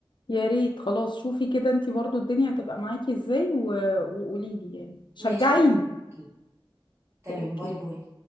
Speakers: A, on the left; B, on the right.
A: يا ريت خلاص شوفي كده انتي برضو الدنيا هتبقى معاكي ازاي و... وقوليلي يعني شجعيني
B: ماشي يا حبيبتي تمام
A: اوكي
B: باي باي